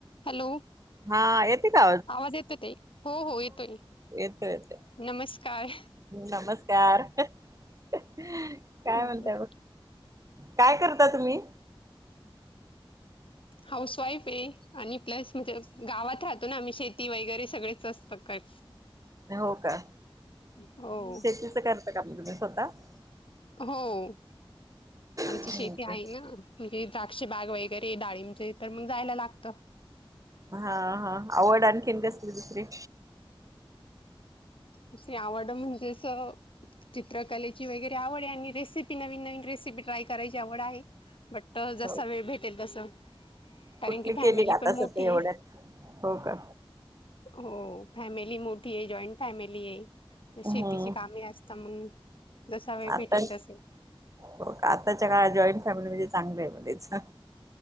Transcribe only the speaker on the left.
Hello
आवाज येतो ताई, हो हो येतोय.
नमस्कार!
झालं
हौस वाईफ आहे आणि प्लस म्हणजे गावात राहतो ना आम्ही शेती वगैरे सगळीच असत कट
हो.
हो, आमची
शेती
आहे ना. म्हणजे द्राक्षीबाग वगैरे डाळींबच तर मग जायला लागत.
दुसरी आवड म्हणजे अस चित्रकलेची वगैरे आवड आहे आणि रेसिपी नवीन नवीन रेसिपी ट्राय करायची आवड आहे बट जसा
वेळ भेटेल तस. कारण
की फॅमिली
पण मोठी
आहे.
हो फॅमिली मोठी आहे, जॉईंट फॅमिली आहे.
शेतीची कामे असता मंग जसा वेळ
भेटेल तस.